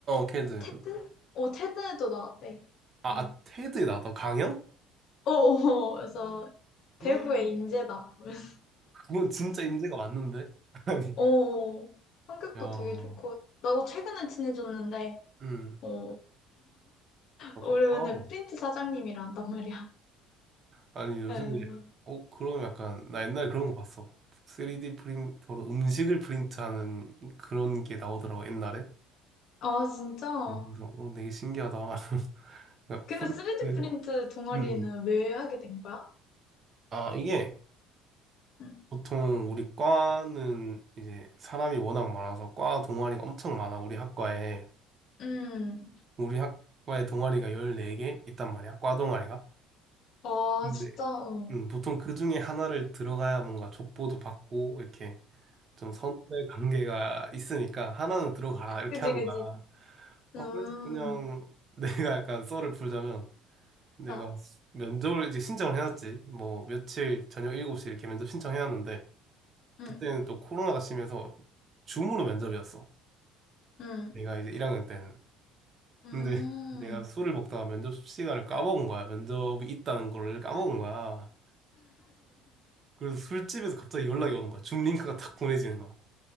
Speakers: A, on the right; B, on the left.
A: 캐드.
B: 테드? 어, 테드에도 나왔대.
A: 아,
B: 어,
A: 아, 테드에 나왔다. 강연?
B: 어, 어. 그래서
A: <gasps>
B: 대구의 인재다. 그래서
A: 그건 진짜 인재가 맞는데? <laughs> 아니,
B: 어, 성격도
A: 야,
B: 되게 좋고. 나도 최근에 친해졌는데,
A: 음,
B: 어,
A: 아,
B: 우리
A: 좋다.
B: 맨날 프린트 사장님이라 한단 말이야.
A: 아니, 요즘에,
B: 에.
A: 어, 그럼 약간, 나 옛날에 그런 거 봤어. 3D 프린터로 음식을 프린트하는 그런 게 나오더라고, 옛날에.
B: 아, 진짜?
A: 어, 그래서, 어, 되게 신기하다. <laughs> 그러니까
B: 근데
A: 프린트,
B: 3D 프린트
A: 음.
B: 동아리는
A: 음.
B: 왜 하게 된 거야?
A: 아, 이게,
B: 음,
A: 보통 우리 과는 이제 사람이 워낙 많아서 과 동아리가 엄청 많아, 우리 학과에.
B: 음.
A: 우리 학과에 동아리가 14개 있단 말이야, 과 동아리가.
B: 아,
A: 근데
B: 진짜? 어.
A: 음, 보통 그 중에 하나를 들어가야 뭔가 족보도 받고 이렇게 좀 선후배 관계가 있으니까 하나는 들어가라 이렇게
B: 그지,
A: 하는
B: 그지.
A: 거야. 아,
B: 음,
A: 그래서 그냥 <laughs> 내가 약간 썰을 풀자면 내가
B: 아,
A: 면접을 이제 신청을 해놨지. 뭐 며칠 저녁 7시 이렇게 면접 신청해놨는데
B: 음,
A: 그때는 또 코로나가 심해서 줌으로 면접이었어.
B: 음,
A: 내가 이제 1학년 때는.
B: 음.
A: 근데 <laughs> 내가 술을 먹다가 면접 시간을 까먹은 거야. 면접이 있다는 거를 까먹은 거야. 그래서 술집에서 갑자기 연락이 오는 거야. 줌 링크가 탁 보내지는 거야.